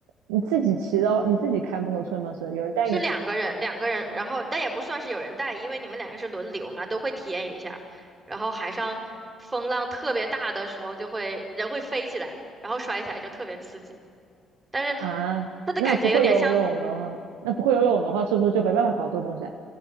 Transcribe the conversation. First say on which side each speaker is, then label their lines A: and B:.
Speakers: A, on the right; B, on the right.
A: 你自己骑的话，你自己开摩托车吗？是有人带你吗？
B: 是两个人，两个人，然后但也不算是有人带，因为你们两个是轮流嘛，都会体验一下。然后海上风浪特别大的时候，就会人会飞起来，然后摔起来就特别刺激，但是
A: 啊，
B: 它的感觉有点像
A: 那不会游泳的话，那不会游泳的话，是不是就没办法搞这个东西啊